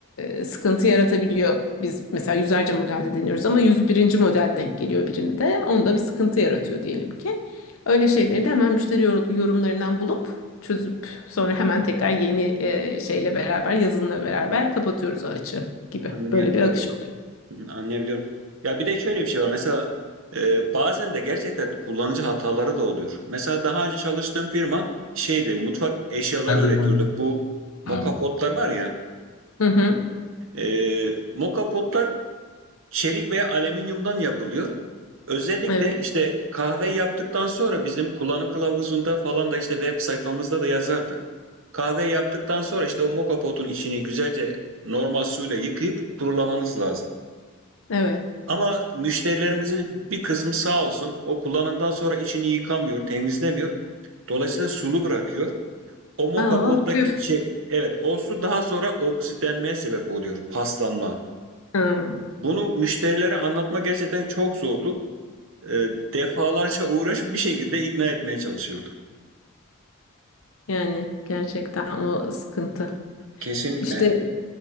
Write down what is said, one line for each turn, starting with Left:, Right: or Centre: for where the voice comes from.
Left: e, sıkıntı yaratabiliyor. Biz mesela yüzlerce modelde deniyoruz ama yüz birinci model denk geliyor birinde. Onda bir sıkıntı yaratıyor diyelim ki. Öyle şeyleri de hemen müşteri yor- yorumlarından bulup çözüp Sonra hemen tekrar yeni e, şeyle beraber, yazınla beraber kapatıyoruz o açığı gibi.
Right: anlayabiliyorum.
Left: Böyle bir akış oluyor.
Right: Hı, Anlayabiliyorum. Ya bir de şöyle bir şey var. Mesela e, bazen de gerçekten kullanıcı hataları da oluyor. Mesela daha önce çalıştığım firma şeydi, mutfak eşyaları
Left: everyone.
Right: üretiyorduk. Bu mokapotlar
Left: Um,
Right: var ya.
Left: Hı hı.
Right: E, mokapotlar Çelik ve alüminyumdan yapılıyor. Özellikle
Left: Evet,
Right: işte kahve yaptıktan sonra bizim kullanım kılavuzunda falan da işte web sayfamızda da yazardık. Kahve yaptıktan sonra işte o moka potun içini güzelce normal suyla yıkayıp kurulamanız lazım.
Left: evet.
Right: Ama müşterilerimizin bir kısmı sağ olsun o kullanımdan sonra içini yıkamıyor, temizlemiyor. Dolayısıyla sulu bırakıyor. O moka
Left: Aa,
Right: pottaki
Left: küf
Right: şey, evet o su daha sonra oksitlenmeye sebep oluyor, paslanma.
Left: Hmm.
Right: Bunu müşterilere anlatma gerçekten çok zordu. e, defalarca uğraşıp bir şekilde ikna etmeye çalışıyorduk.
Left: Yani gerçekten o sıkıntı.
Right: Kesinlikle.
Left: İşte